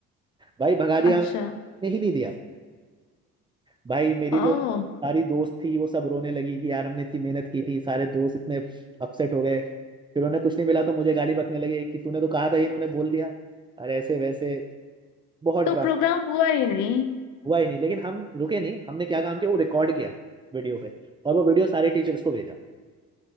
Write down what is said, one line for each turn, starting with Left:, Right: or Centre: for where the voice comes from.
Right: भाई भगा दिया
Left: अच्छा
Right: ने ही नहीं दिया भाई मेरी
Left: ओ
Right: जो सारी दोस्त थी वो सब रोने लगी कि यार हमने इतनी मेहनत की थी सारे दोस्त इतने अपसेट हो गए फिर उन्हें कुछ नहीं मिला तो मुझे गाली बकने लगे कि तूने तो कहा था ये इन्होंने बोल दिया अरे ऐसे वैसे बहुत
Left: तो
Right: ड्रामा
Left: प्रोग्राम हुआ ही नहीं
Right: हुआ ही नहीं लेकिन हम रुके नहीं हमने क्या काम किया वो रिकॉर्ड किया वीडियो पे और वो वीडियो सारे टीचर्स को भेजा